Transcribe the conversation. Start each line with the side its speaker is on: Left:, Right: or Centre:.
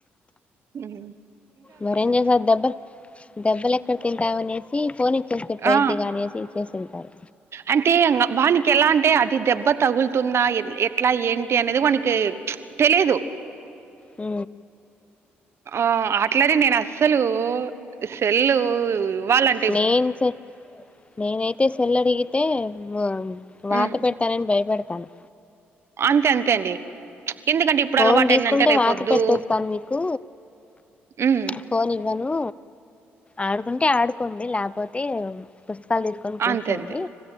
Right: ఉ <inaudible>
Left: మరి ఏం చేశావు దెబ్బల్ దెబ్బలు ఎక్కడ తింతావనెసి ఈ ఫోన్ ఇచ్చేస్తే పోయిద్ది
Right: ఆ
Left: గా అనెసి ఇచ్చె సింటారు
Right: అంటే అంగ వానికి ఎలా అంటే అది దెబ్బ తగులుతుంద ఎ ఎట్లా ఏంటి అనేది వానికి తెలిదు
Left: ఉ
Right: ఆ అట్లానే నేను అస్సలు హు సెల్లు ఇవ్వాలం
Left: నేను చె నేనైతే చెల్లు అడిగితే వ వాత
Right: ఉమ్
Left: పె తనని భయపెడతాము
Right: అంతే అంతే అండి ఎందుకంటే ఇప్పుడు
Left: ఫోన్
Right: అలవాటుయిందంటే
Left: తీసుకుంటే
Right: రేపొద్దు
Left: వాత పెట్టేస్తాను మీకు
Right: హు మ్
Left: ఫోన్ ఇవ్వను ఆడుకుంటే ఆడుకోండి ల్య పోతే పుస్తకాలు తీసుకొని కూర్చోండి
Right: అంతే అంతే